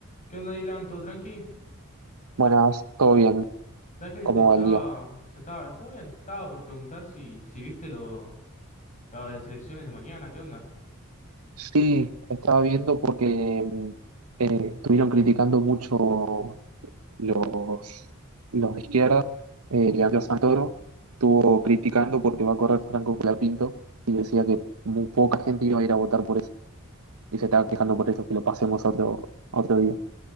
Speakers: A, on the left; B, on the right.
A: ¿Qué onda, Dylan? ¿Todo tranqui?
B: Buenas, todo bien,
A: ¿Sabes que
B: ¿cómo
A: te estaba,
B: va el día?
A: te estaba, todo bien? Te estaba por preguntar si, si viste lo, lo de las elecciones de mañana, ¿qué onda?
B: Sí, estaba viendo porque mm, eh, estuvieron criticando mucho los, los de izquierda. Eh, Leandro Santoro estuvo criticando porque va a correr Franco Colapinto y decía que muy poca gente iba a ir a votar por eso. Y se estaba quejando por eso, que lo pasemos a otro, a otro día.